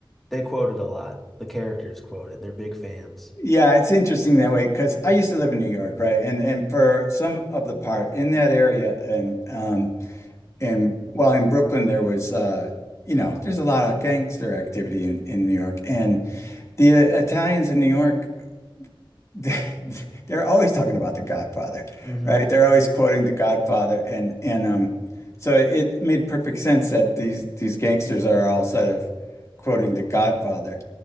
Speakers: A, in the centre; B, on the left (about 35°).
A: They quote it a lot. The characters quote it. They're big fans.
B: Yeah, it's interesting that way because I used to live in New York, right? And and for some of the part in that area, and um, and well, in Brooklyn there was uh, you know, there's a lot of gangster activity in in New York, and the Italians in New York <laughs> they're always talking about The Godfather,
A: hmm
B: right? They're always quoting The Godfather, and and um, so it made perfect sense that these these gangsters are all sort of quoting The Godfather.